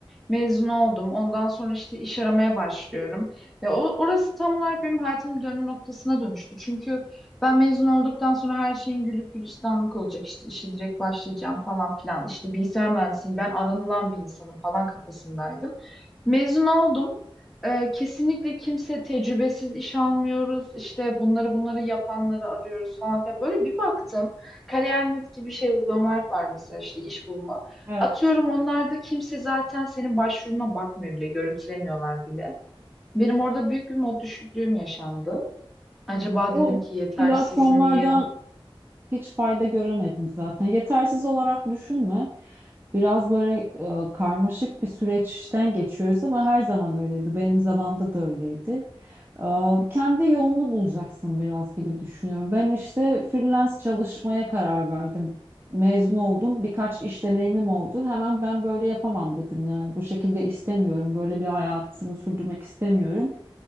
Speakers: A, in the centre; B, on the right.
A: mezun oldum ondan sonra işte iş aramaya başlıyorum ve o, orası tam olarak benim hayatımın dönüm noktasına dönüştü çünkü ben mezun olduktan sonra her şeyin gülüp gülistanlık olacak işte işe direkt başlayacağım falan filan işte bilgisayar mühendisiyim ben aranılan bir insanım falan kafasındaydım mezun oldum Ee, kesinlikle kimse tecrübesiz iş almıyoruz işte bunları bunları yapanları arıyoruz falan filan böyle bir baktım Kariyer.net gibi şey uygulamalar var mesela işte iş bulma.
B: evet.
A: Atıyorum onlarda kimse zaten senin başvuruna bakmıyor bile, görüntülemiyorlar bile. Benim orada büyük bir mod düşüklüğüm yaşandı. Acaba
B: Bu
A: dedim ki yetersiz
B: platformlardan
A: miyim?
B: hiç fayda göremedim zaten. Yetersiz olarak düşünme. Biraz böyle e, karmaşık bir süreçten geçiyoruz ama her zaman öyleydi. Benim zamanımda da öyleydi. Ee, Kendi yolunu bulacaksın biraz gibi düşünüyorum. Ben işte freelance çalışmaya karar verdim. Mezun oldum. Birkaç iş deneyimim oldu. Hemen ben böyle yapamam dedim yani. Bu şekilde istemiyorum. Böyle bir hayatımı sürdürmek istemiyorum.